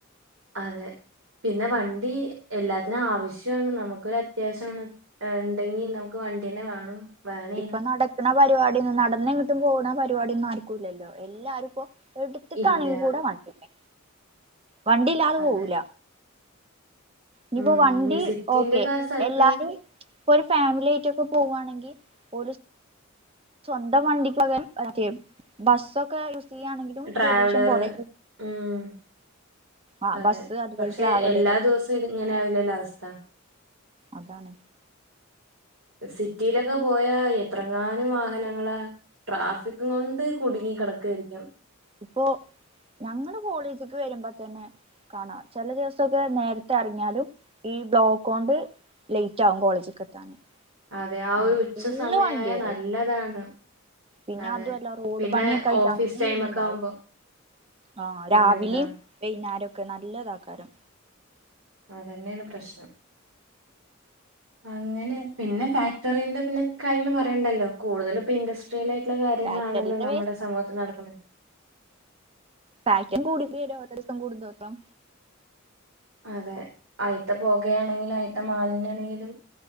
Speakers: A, on the right; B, on the right.
A: അതെ പിന്നെ വണ്ടീ എല്ലാത്തിനും ആവശ്യാണ് നമുക്കൊര അത്യാവശ്യം വന്ന ഇണ്ടെങ്കി നമുക്ക് വ വണ്ടിന്നെ വേണം വേണേനും
B: ഇപ്പൊ നടക്ക്ണ പരിപാടിയൊന്നും നടന്നെങ്ങ്ട്ടും പോണ പരുപാടിഒന്നും ആർക്കുല്ലലൊ എല്ലാരും ഇപ്പൊ എട്ത്ത്ക്കാണെങ്കി
A: ഇല്ല
B: കൂടെ വണ്ടിമ്മെ വണ്ടില്ലാതെ
A: അതെ
B: പോവൂല ഞിപ്പൊ
A: ഉം
B: വണ്ടി
A: സിറ്റിന്റെ
B: ഓക്കെ
A: ഒക്കെ ആ സ്ഥലത്ത്
B: എല്ലാരും ഇപ്പൊ ഒരു ഫാമിലി ആയിറ്റൊക്കെ പോവാണെങ്കി ഒരു സ് സ്വന്തം വണ്ടിക് പകരം മറ്റേ ബസ്സൊക്കെ ചെയ്യാണെങ്കിലും
A: ട്രാവലറ്
B: പൊല്യൂഷൻ കൊറേ
A: ഉം
B: ആഹ്
A: അതെ
B: ബസ്സ് അതുപോലെ
A: പക്ഷെ
B: ട്രാവലറ്
A: എല്ലാ ദിവസവും ഇതിങ്ങനെ ആവലല്ലെ അവസ്ഥ
B: അതാണ്
A: സിറ്റീലൊക്കെ പോയ എത്രങ്ങാനും വാഹനങ്ങളാ ട്രാഫിക് ങ്ങൊണ്ട് കുടുങ്ങി കടക്കെര്ക്കും
B: ഇപ്പോ ഞങ്ങള് കോളേജിക്ക് വരുമ്പതന്നെ കാണാം ചെല ദിവസൊക്കെ നേര്ത്തെ എറങ്ങിയാലും ഈ ബ്ലോക്കോണ്ട് ലെയ്റ്റാവും കോളേജ്ക്ക് എത്താന്.
A: അതെ ആഹ്
B: ആണ്
A: ഒരു ഉച്ച
B: ഫുള്ള്
A: സമയായ
B: വണ്ടികള്
A: നല്ലതാണ്.
B: പിന്നെ
A: അതെ.
B: അതു അല്ല റോഡ്
A: പിന്നെ
B: പണിയൊക്കെ ആയിറ്റ്
A: ഓഫീസ്
B: അങ്ങനി
A: ടൈമൊക്കെ
B: പിന്നെ ഇതാവും
A: ആവുമ്പോ
B: ആഹ്
A: പിന്നെന്താ
B: രാവിലിം വൈന്നേരൊക്കെ നല്ലതാക്കാരം.
A: അതെന്നേണ് പ്രശ്നം അങ്ങനെ പിന്നെ ഫാക്ടറിന്റെ പിന്നെ കാര്യങ്ങള് പറയണ്ടല്ലൊ കൂടുതല് ഇപ്പൊ ഇൻഡസ്ട്രീല് കാര്യങ്ങളാണല്ലൊ
B: ഫാക്ടറിത്തെ
A: നമ്മുടെ സമൂഹത്തി നടക്ക്ന്നെ
B: പാക്കിംഗ് കൂടി <unintelligible> ഓരോദിവസം കൂടുംതോറും
A: അതെ അയ്ത്ത പൊകയാണെങ്കിലും അയ്ത്ത മാലിന്യാണെങ്കിലും